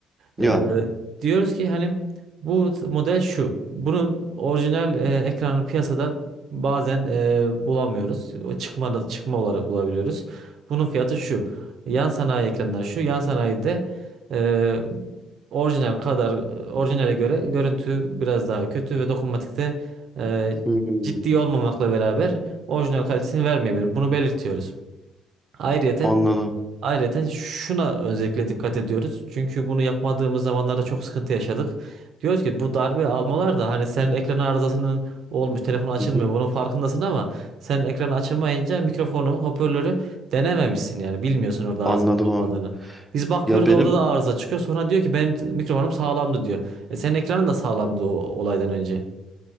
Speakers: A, in the centre; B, on the right.
A: Yani
B: E, diyoruz ki hani bu t- model şu. Bunun orijinal e, ekranı piyasada bazen e, bulamıyoruz. O çıkma, çıkma olarak bulabiliyoruz. Bunun fiyatı şu. Yan sanayi ekranlar şu. Yan sanayide e, orijinal kadar e, orijinale göre görüntü biraz daha kötü ve dokunmatikte e,
A: hmm,
B: ciddi olmamakla beraber orijinal kalitesini vermeyebilir. Bunu belirtiyoruz. Ayrıca
A: anladım.
B: Ayrıca şuna özellikle dikkat ediyoruz. Çünkü bunu yapmadığımız zamanlarda çok sıkıntı yaşadık. Diyoruz ki bu darbe almalar da hani senin ekran arızasının olmuş, telefon açılmıyor.
A: Hı hı.
B: Bunun farkındasın ama sen ekranı açamayınca mikrofonu, hoparlörü denememişsin yani bilmiyorsun orada
A: Anladım
B: arıza olup
A: abi.
B: olmadığını. Biz bakıyoruz
A: Ya benim
B: orada da arıza çıkıyor. Sonra diyor ki benim t- mikrofonum sağlamdı diyor. E senin ekranın da sağlamdı o olaydan önce.